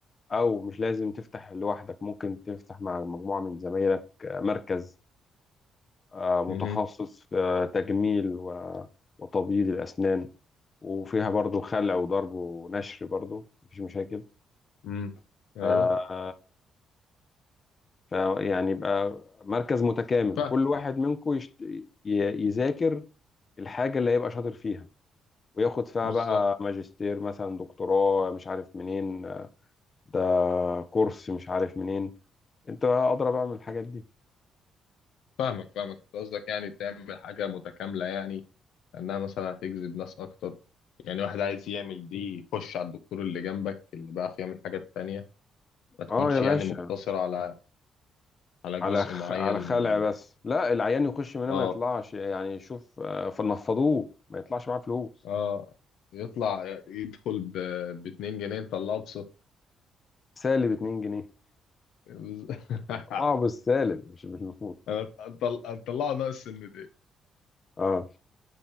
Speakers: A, on the left (about 35°); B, on the left (about 80°).
A: أو مش لازم تفتح لوحدك ممكن تفتح مع مجموعة من زمايلك آه، مركز آه، متخصص
B: مهم.
A: في آه، تجميل و- وتبييض الأسنان وفيها برضو خلع وضرب ونشر برضو مفيش مشاكل
B: مم. أيوه
A: ف فيعني يبقى مركز متكامل
B: فاهم
A: وكل واحد منكم يشت... ي- يذاكر الحاجة اللي هيبقى شاطر فيها وياخد فيها
B: بالظبط
A: بقى ماجستير مثلا دكتوراه مش عارف منين ده كورس مش عارف منين انت اضرب بقى من الحاجات دي
B: فاهمك فاهمك أنت قصدك يعني تعمل حاجة متكاملة يعني إنها مثلا هتجذب ناس أكتر يعني واحد عايز يعمل دي يخش على الدكتور اللي جنبك اللي بيعرف يعمل حاجات تانية ما تكونش
A: اه يا باشا
B: يعني مقتصرة على على
A: على
B: جزء
A: خ...
B: معين
A: على
B: من
A: خلع
B: ال...
A: بس لا العيان يخش منها
B: اه
A: ما يطلعش يعني شوف آه، فنفضوه ما يطلعش معاه فلوس
B: اه يطلع يدخل ب... باتنين جنيه نطلعه بصفر
A: سالب 2 جنيه
B: <laughs>
A: طلعه بالسالب مش بالنقود
B: انا أطل- اطلعه ناقص سنتين
A: اه